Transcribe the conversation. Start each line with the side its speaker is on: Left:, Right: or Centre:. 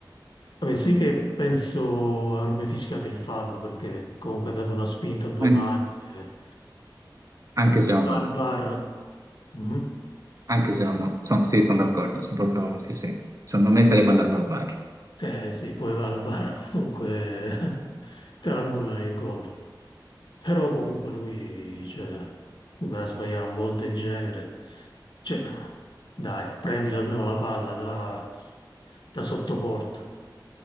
Left: vabbè, sì che penso avrebbe fischiato il fallo perché comunque ha dato una spinta a due
Right: an-
Left: mani. eh.
Right: anche
Left: Secondo
Right: secondo
Left: me al
Right: me,
Left: VAR, Mhm.
Right: anche secondo me, Son- sì, sono d'accordo, sono proprio, sì, sì, secondo me sarebbe andato al VAR.
Left: Eh sì, poi va al VAR comunque <laughs> te lo annullano il gol. Però comunque lui, cioè, va a sbagliare un gol del genere. Cioè, dai, prendilo almeno la palla da, da sottoporta.